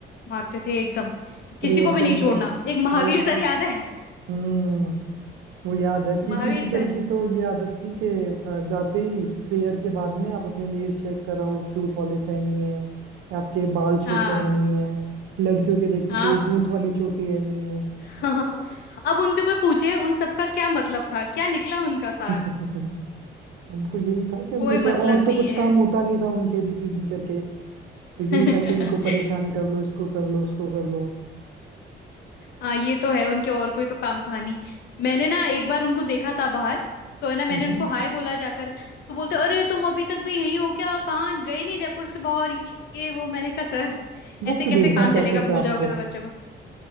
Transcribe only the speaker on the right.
प्रेयर
के
अंदर
वही
तो
हम्म वो याद है
पीटी टीचर
की तो ये आदत थी कि अ, जाते ही प्रेयर के बाद में आप अपने नेल चेक कराओ शू पॉलिश है नहीं है आपके बाल छोटे
हैं नहीं है लड़कियों के देखते
थे कि
गूंथ वाली चोटी है नहीं है
<laughs> उनको यही था कि उनको
क्या
और
तो कुछ
काम होता नहीं था उनके पीटी टीचर के तो
यही था कि इनको परेशान कर लो इसको कर लो उसको कर लो
हम्म
वो
क्यों
भेजना
चाहते
थे आपको